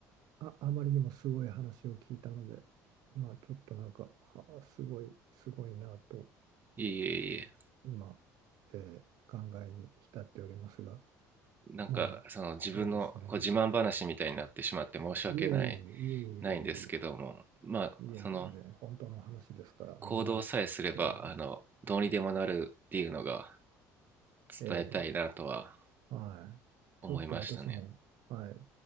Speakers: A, on the right (about 70°); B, on the right (about 30°).
A: あ、あ、あまりにもすごい話を聞いたので、まあ、ちょっとなんか、はあ、すごい、すごいなと、
B: いえいえいえ。
A: 今、えー考えに浸っておりますが、
B: なんか、
A: まあ、
B: その自分のこう自慢話みたいになってしまって申し訳ない、
A: そうですね。いえいえ、いえい
B: ないんですけども、まあ、
A: えいえいえ、
B: その、
A: いえ、全然、本当の話ですから、
B: 行動さえすれば、
A: 自慢ではない。
B: あの、どうにでもなるっていうのが
A: ええ、
B: 伝えたいなとは
A: はい。ちょっと私も、
B: 思いましたね。
A: はい、